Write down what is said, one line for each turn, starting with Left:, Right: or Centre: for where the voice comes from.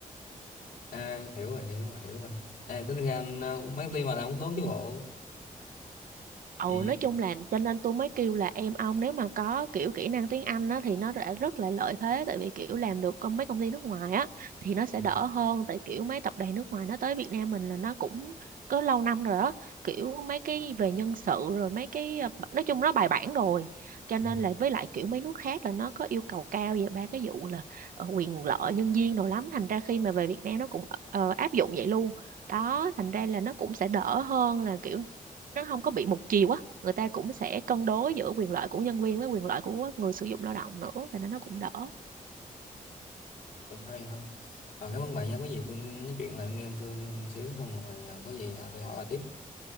Left: À, hiểu rồi, hiểu rồi, hiểu rồi. Ê, tính ra anh ờ, mấy công ty mà làm cũng tốt chứ bộ.
Right: Ừ,
Left: Ừ.
Right: nói chung là cho nên tôi mới kêu là em ông nếu mà có kiểu kỹ năng tiếng Anh á, thì nó đã rất là lợi thế tại vì kiểu làm được công mấy công ty nước ngoài á thì nó sẽ
Left: Ừ.
Right: đỡ hơn tại kiểu mấy tập đoàn nước ngoài nó tới Việt Nam mình là nó cũng có lâu năm rồi á kiểu mấy cái về nhân sự rồi mấy cái ờ, nói chung nó bài bản rồi cho
Left: Ừ.
Right: nên là với lại kiểu mấy nước khác là nó có yêu cầu cao về ba cái vụ là ờ, quyền lợi nhân viên đồ lắm thành ra khi mà về Việt Nam nó cũng ờ, áp dụng vậy luôn đó thành ra là nó cũng sẽ đỡ hơn là kiểu nó không có bị một chiều á người ta cũng sẽ cân đối giữa quyền lợi của nhân viên với quyền lợi của người sử dụng lao động nữa thì nó nó cũng đỡ
Left: Cũng hay hơn. À, cảm ơn bạn nha, có gì tôi nói chuyện lại anh em tôi một xíu xong rồi ờ, có gì ờ, tôi hỏi bà tiếp.